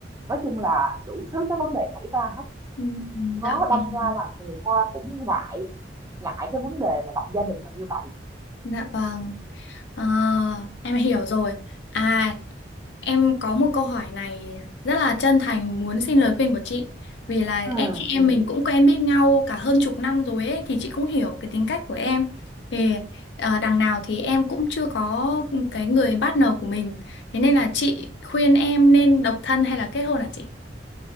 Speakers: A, on the right; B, on the left.
A: nói chung là đủ thứ cái vấn đề xảy ra hết
B: Ừ,
A: đó
B: Dạ vâng.
A: đâm ra là người Hoa cũng ngại ngại cái vấn đề mà lập gia đình là như vậy
B: Dạ vâng. À, em hiểu rồi. À, em có một câu hỏi này rất là chân thành muốn xin lời khuyên của chị. Vì là
A: ừ,
B: em chị
A: ừ.
B: em mình cũng quen biết nhau cả hơn chục năm rồi ấy thì chị cũng hiểu cái tính cách của em. Thì à, đằng nào thì em cũng chưa có cái người partner của mình. Thế nên là chị khuyên em nên độc thân hay là kết hôn hả chị?